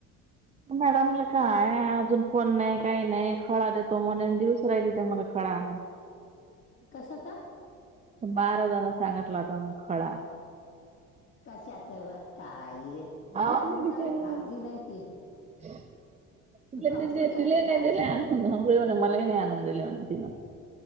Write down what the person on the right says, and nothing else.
मॅडमला काय अजून फोन नाही काही नाही खळा देतो म्हणे दिवस राहिली ते मला <inaudible>
बारा जण सांगितला होता मी खळा
अहो
मी बिचारी
<unintelligible> <inaudible>